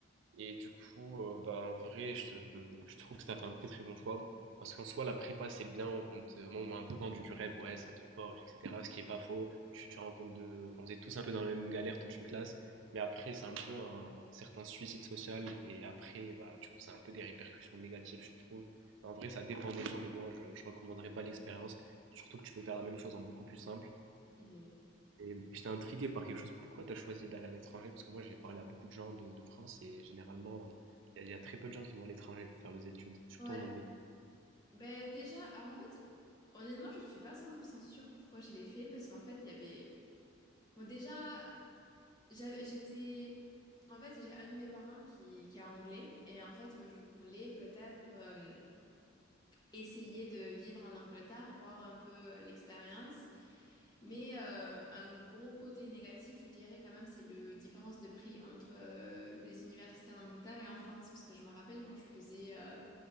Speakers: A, on the right; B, on the left.
A: et du coup, euh, bah, en vrai, je, te- je trouve que ça fait un très très bon choix. Parce qu'en soi, la prépa, c'est bien. On te- moi, on m'a un peu vendu du rêve. Ouais, ça te forge, etc. Ce qui est pas faux. Tu, tu rencontres de. Enfin, vous êtes tous un peu dans la même galère, toute une classe. Mais après, c'est un peu un, un certain suicide social. Et après, bah, du coup, ça a un peu des répercussions négatives, je trouve. En vrai, ça dépend des gens. Mais moi, je, je recommanderais pas l'expérience. Surtout que tu peux faire la même chose en beaucoup plus simple.
B: Mhm.
A: Et j'étais intrigué par quelque chose. Pourquoi tu as choisi d'aller à l'étranger? Parce que moi, j'ai parlé à beaucoup de gens de, de France et généralement, il y, a il y a très peu de gens qui vont à l'étranger pour faire leurs études, surtout
B: Ouais.
A: en Angleterre.
B: Ben, déjà, alors en fait, honnêtement, je suis pas 100% sûre pourquoi je l'ai fait, parce qu'en fait, il y avait, bon, déjà, j'a- j'étais, en fait, j'ai un de mes parents qui, qui est anglais, et en fait, euh, je voulais peut-être euh, essayer de vivre en Angleterre, voir un peu euh, l'expérience. Mais euh, un gros côté négatif, je dirais quand même, c'est le différence de prix entre euh, les universitaires d'Angleterre et en France. Parce que je me rappelle quand je faisais euh,